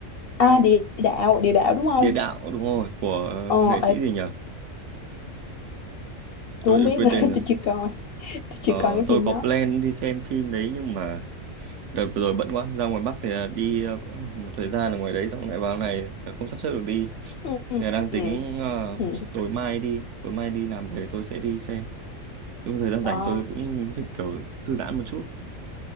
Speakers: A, on the left; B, on the right.
A: à địa đạo, địa đạo đúng không?
B: địa đạo đúng rồi của ờ,
A: Ờ,
B: nghệ sĩ
A: ê,
B: gì nhở
A: tôi
B: tôi
A: không biết
B: quên
A: nữa, <laughs>
B: tên rồi
A: tôi chưa coi, tôi
B: Ờ,
A: chưa coi cái
B: tôi
A: phim
B: có
A: đó.
B: plan đi xem phim đấy nhưng mà đợt vừa rồi bận quá ra ngoài Bắc thì là đi ờ, một thời gian ở ngoài đấy xong lại vào này là không sắp xếp được đi
A: Ừ, ừ,
B: Nên đang tính
A: ừ,
B: ờ,
A: ừ.
B: tối mai đi tối mai đi làm về tôi sẽ đi xem lúc thời gian rảnh
A: wow.
B: tôi cũng thích kiểu thư giãn một chút